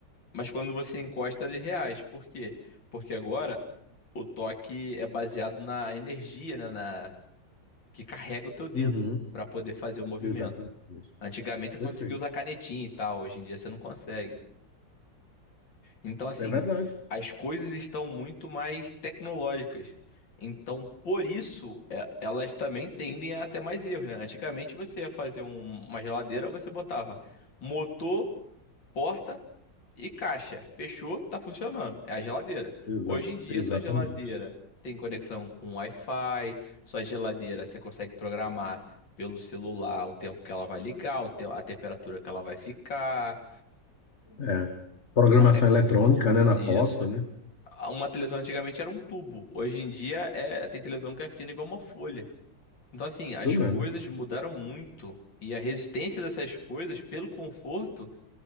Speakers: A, on the left (about 80°); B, on the left (about 40°).
A: Mas quando você encosta, ele reage. Por quê? Porque agora o toque é baseado na energia, né? Na, que carrega o teu dedo
B: Uhum,
A: para poder fazer o movimento.
B: exatamente.
A: Antigamente você conseguia
B: Perfeito.
A: usar canetinha e tal, hoje em dia você não consegue. Então, assim,
B: É verdade.
A: as coisas estão muito mais tecnológicas. Então, por isso, é- elas também tendem a ter mais erros, né? Antigamente você ia fazer um- uma geladeira, você botava motor, porta e caixa, fechou, tá funcionando. É a geladeira.
B: Exa-
A: Hoje em dia,
B: exatamente.
A: sua geladeira tem conexão com Wi-Fi, sua geladeira você consegue programar pelo celular o tempo que ela vai ligar, o te- a temperatura que ela vai ficar,
B: É. Programação
A: até
B: eletrônica, né? Na
A: isso.
B: porta, né?
A: Uma televisão antigamente era um tubo, hoje em dia é tem televisão que é fina igual uma folha. Então, assim,
B: Isso
A: as
B: mesmo.
A: coisas mudaram muito e a resistência dessas coisas pelo conforto